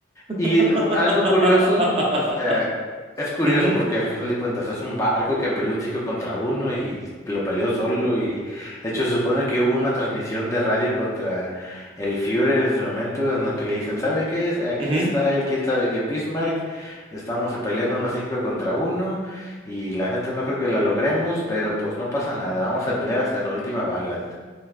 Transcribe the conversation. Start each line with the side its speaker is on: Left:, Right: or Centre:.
Right: <laughs>
Left: Y eh, algo curioso, o sea, es curioso
Right: Ujú,
Left: porque al final de cuentas es un barco que peleó un 5 contra uno y lo peleó solo y de hecho se supone que hubo una transmisión de radio contra el Führer en su momento en donde le dicen, ¿saben qué es? Aquí
Right: ujú,
Left: está el quién sabe qué Bismarck, estamos peleando unos 5 contra uno y la neta no creo que la logremos, pero pues no pasa nada, vamos a pelear hasta la última bala.